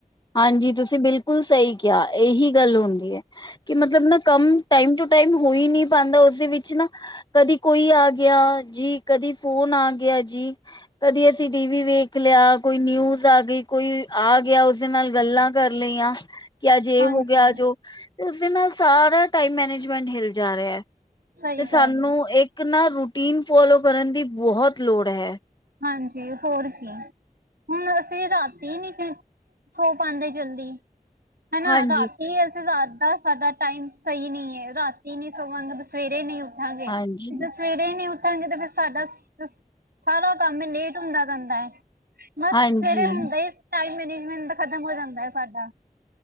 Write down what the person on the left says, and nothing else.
ਹਾਂਜੀ ਤੁਸੀਂ ਬਿਲਕੁਲ ਸਹੀ ਕਿਹਾ, ਇਹੀ ਗੱਲ ਹੁੰਦੀ ਹੈ। ਕਿ ਮਤਲਬ ਨਾ ਕੰਮ ਟਾਈਮ ਟੂ ਟਾਈਮ ਹੋ ਹੀ ਨਹੀਂ ਪਾਉਂਦਾ ਉਸੇ ਵਿੱਚ ਨਾ। ਕਦੀ ਕੋਈ ਆ ਗਿਆ ਜੀ, ਕਦੀ ਫੋਨ ਆ ਗਿਆ ਜੀ। ਕਦੀ ਅਸੀਂ ਟੀ ਵੀ ਵੇਖ ਲਿਆ, ਕੋਈ ਨਿਊਜ਼ ਆ ਗਈ, ਕੋਈ ਆ ਗਿਆ, ਓਸ ਨਾਲ ਗੱਲਾਂ ਕਰ ਲਈਆਂ, ਕਿ ਅੱਜ ਐ
ਹੋ ਗਿਆ, ਅਜ ਔ। ਉਸੇ ਨਾਲ ਸਾਰਾ ਟਾਈਮ ਮੈਨੇਜਮੈਂਟ ਹਿਲ ਜਾ ਰਿਹਾ,
ਤੇ ਸਾਨੂੰ
ਇੱਕ ਇੱਕ ਨਾ ਰੂਟੀਨ ਫੋਲੋ ਕਰਨ ਦੀ ਬਹੁਤ ਲੋੜ ਹੈ।
ਹਾਂਜੀ
ਹਾਂਜੀ
ਹਾਂਜੀ